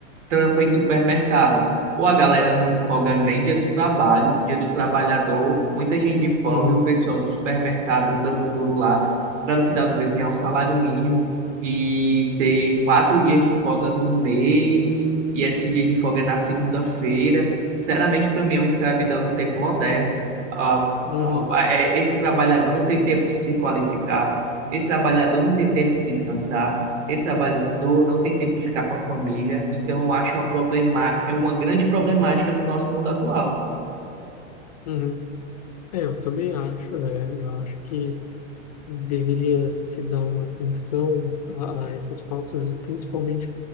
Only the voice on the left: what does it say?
uhum,
uhum,
uhum. É, eu também acho, né? Eu acho que deveria se dar uma atenção a, a essas pautas e principalmente